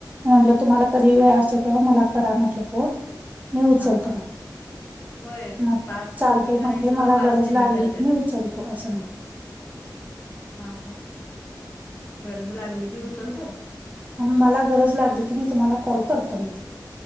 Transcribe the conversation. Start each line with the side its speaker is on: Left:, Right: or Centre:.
Right: म्हटलं तुम्हाला कधी वेळ असे तेव्हा मला करा म्हटलं, फोन मी उचलतो
Left: हां, हां.
Right: पण
Left: होय,
Right: मग
Left: पाच
Right: चालतय
Left: तुम्ही करायचं,
Right: म्हटले मला
Left: पाच
Right: गरज
Left: त्यांनी
Right: लागली
Left: करत्यात.
Right: की मी उचलतो असं म्हट
Left: हा हा गरज लागली की उचलत
Right: मला गरज लागली की मी तुम्हाला कॉल करतो म्ह